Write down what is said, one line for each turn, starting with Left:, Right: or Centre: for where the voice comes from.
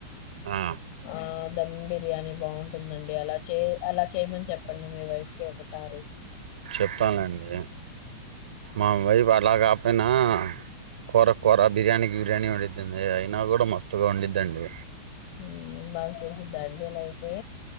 Right: ఆ
Left: ఆ దమ్ బిర్యానీ బాగుంటుందండి అలా చే అలా చేయమని చెప్పండి మీ వైఫ్ క ఒక సర
Right: చెప్పానుండి మామై ఇలాగాపోయినా కూర కొర బిర్యానీ బ్యర్యానీ వండితుంంది అయినా కూడా మస్తుగా వండిద్దండి
Left: హ బాగా చేస్తుందా అండి ఇలా అయితే